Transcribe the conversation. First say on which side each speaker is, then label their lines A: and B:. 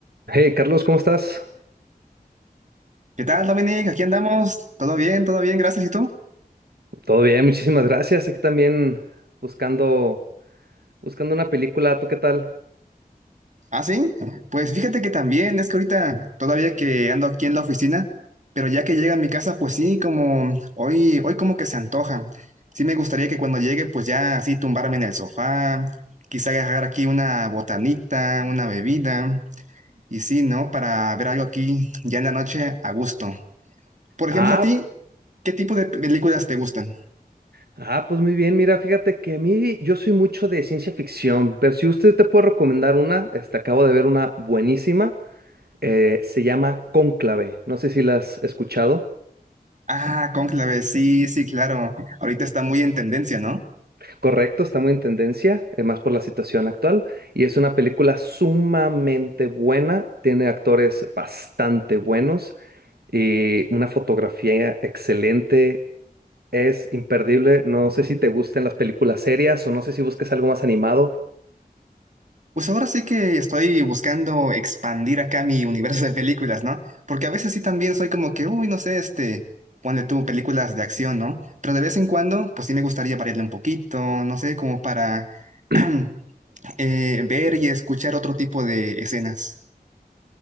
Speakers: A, on the right; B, on the right.
A: Hey Carlos, ¿cómo estás?
B: ¿Qué tal, Dominic? Aquí andamos. ¿Todo bien? ¿Todo bien? Gracias. ¿Y tú?
A: Todo bien, muchísimas gracias. Aquí también buscando, buscando una película. ¿Tú qué tal?
B: ¿Ah, sí? Pues fíjate que también, es que ahorita todavía que ando aquí en la oficina, pero ya que llega a mi casa, pues sí, como hoy, hoy como que se antoja. Sí me gustaría que cuando llegue, pues ya así tumbarme en el sofá, quizá agarrar aquí una botanita, una bebida, y sí, ¿no? Para ver algo aquí ya en la noche a gusto. Por ejemplo,
A: Ah,
B: a ti, ¿qué tipo de películas te gustan?
A: ah, pues muy bien. Mira, fíjate que a mí yo soy mucho de ciencia ficción, pero si usted te puede recomendar una, este, acabo de ver una buenísima. eh, se llama Cónclave. No sé si la has escuchado.
B: Ah, Cónclave, sí, sí, claro. Ahorita está muy en tendencia, ¿no?
A: Correcto, está muy en tendencia, eh, más por la situación actual, y es una película sumamente buena, tiene actores bastante buenos y una fotografía excelente, es imperdible, no sé si te gusten las películas serias o no sé si busques algo más animado.
B: Pues ahora sí que estoy buscando expandir acá mi universo de películas, ¿no? Porque a veces sí también soy como que, uy, no sé, este, ponle tú películas de acción, ¿no? Pero de vez en cuando, pues sí me gustaría variarle un poquito, no sé, como para
A: <clears throat>
B: <clears throat> eh, ver y escuchar otro tipo de escenas.